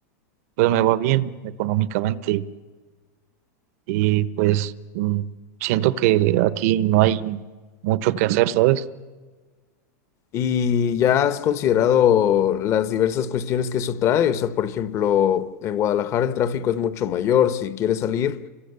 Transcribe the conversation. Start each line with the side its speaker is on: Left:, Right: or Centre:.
Right: pues me va bien económicamente y, y, pues mm, siento que aquí no hay mucho que hacer, ¿sabes?
Left: ¿Y ya has considerado las diversas cuestiones que eso trae? O sea, por ejemplo, en Guadalajara el tráfico es mucho mayor, si quieres salir,